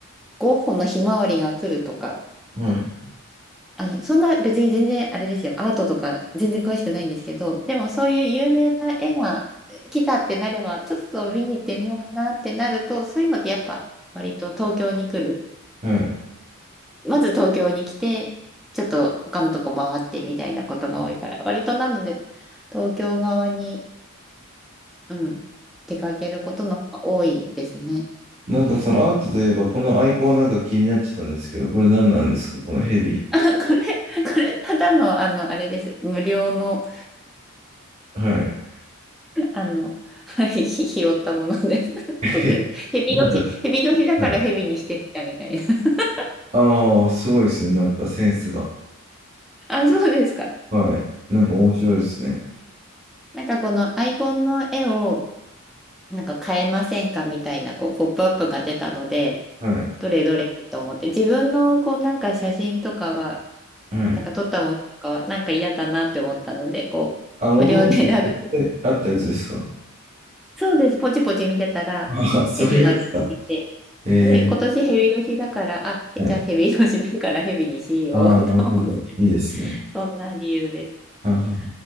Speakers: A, in the centre; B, on the right.
A: ゴッホのひまわりが来るとか、
B: はいはい
A: あの、そんな別に全然あれですよ。アートとか全然詳しくないんですけど、でもそういう有名な絵が来たってなれば、ちょっと見に行ってみようかなってなると、そういうのってやっぱ割と東京に来る。
B: はいはい。
A: まず東京に来て、ちょっと他のとこ回ってみたいなことが多いから、割となので東京側に、うん、出かけることの方が多いですね。
B: なんかそのアートといえば、このアイコンなんか気になってたんですけど、これ何なんですかこのヘビ。
A: <laughs> これ、これただのあの、あれです。無料の
B: はい。
A: あの、はい、<laughs> ひ拾ったものです。<laughs>
B: <laughs>
A: 特に、蛇年、
B: なんか、
A: 蛇年だから蛇にしてみたみたいな。
B: はい。
A: <laughs>
B: ああ、すごいですね。なんかセンスが。
A: あ、そうですか。
B: はい。なんか面白いですね。
A: なんかこのアイコンの絵を、なんか変えませんかみたいな、こう、ポップアップが出たので、
B: はい。
A: どれどれと思って、自分のこう、なんか写真とかは、
B: はい。
A: なんか撮ったものとかは、なんか嫌だなって思ったので、こう、
B: あ、もともと
A: 無料で選べ、<laughs>
B: あったやつですか
A: そうです、ポチポチ見てたら、
B: ああ、そういうやつか。
A: ヘビが出てきて、
B: ええ
A: で、今年ヘビ年だから、あ、へじゃあヘビ年だからヘビにしようと。
B: はい。ああ、
A: <laughs>
B: なるほど。いいですね。
A: そんな理由です。
B: あはは